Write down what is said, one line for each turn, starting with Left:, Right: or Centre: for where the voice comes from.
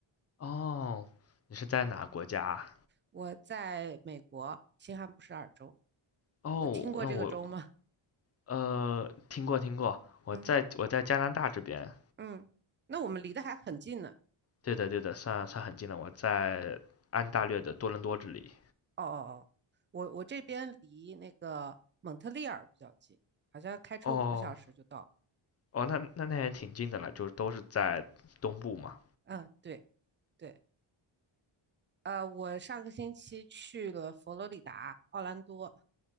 Left: 哦，你是在哪国家啊
Right: 我在美国新罕布什尔州，
Left: 哦，
Right: 有听过这个州吗？
Left: 那我呃听过听过，我在我在加拿大这边。
Right: 嗯嗯，那我们离得还很近呢。
Left: 对的对的，算算很近了，我在安大略的多伦多这里。
Right: 哦哦哦，我我这边离那个蒙特利尔比较近，好像开车五个小时就到了。
Left: 哦哦，那那那也挺近的了，就是都是在东部嘛。
Right: 嗯，对对，呃，我上个星期去了佛罗里达奥兰多，